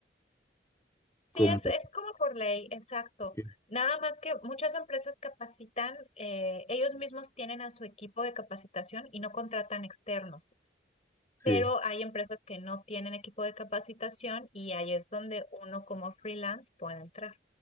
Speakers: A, on the left; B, on the left.
A: como
B: Sí, es, es como por ley, exacto.
A: Sí.
B: Nada más que muchas empresas capacitan, eh, ellos mismos tienen a su equipo de capacitación y no contratan externos, pero
A: sí.
B: hay empresas que no tienen equipo de capacitación y ahí es donde uno como freelance puede entrar.